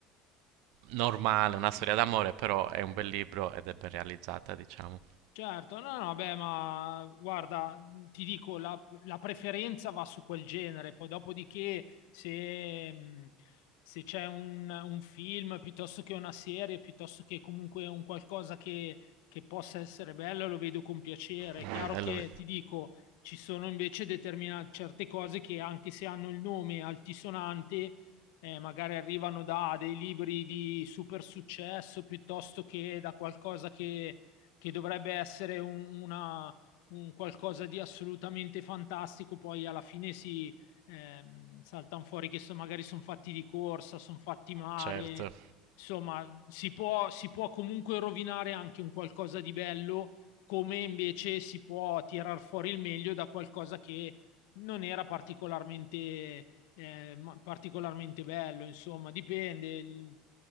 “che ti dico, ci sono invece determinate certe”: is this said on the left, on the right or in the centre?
Left